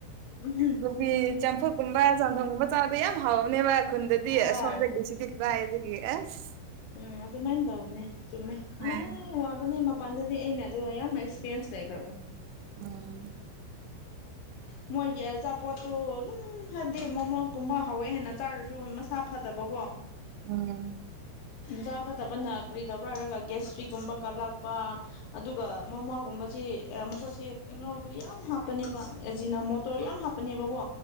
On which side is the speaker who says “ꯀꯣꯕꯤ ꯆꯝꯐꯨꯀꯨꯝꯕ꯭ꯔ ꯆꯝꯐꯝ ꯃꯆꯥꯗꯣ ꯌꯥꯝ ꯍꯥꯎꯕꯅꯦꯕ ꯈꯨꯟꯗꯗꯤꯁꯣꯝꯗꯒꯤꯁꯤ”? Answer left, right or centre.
Right